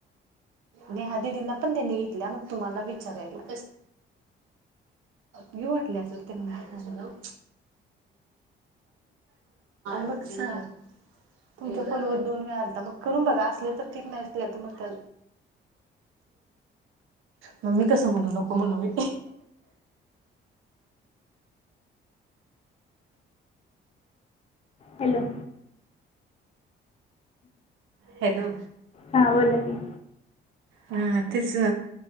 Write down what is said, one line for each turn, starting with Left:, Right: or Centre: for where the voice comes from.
Right: नेहा दिदींना पण त्यांनी घेतल्या मग तुम्हाला विचारायला घेऊ वाटले असेल त्यांना. मग सांग तुमच्या फोनवर दोन वेळा आलता मग करून बघा असले तर ठीक नाही नसल्या तर मग त्या मग मी कसं म्हणू नको म्हणु होय.
Left: हॅलो.
Right: हॅलो.
Left: हा बोला की.
Right: हा तेच.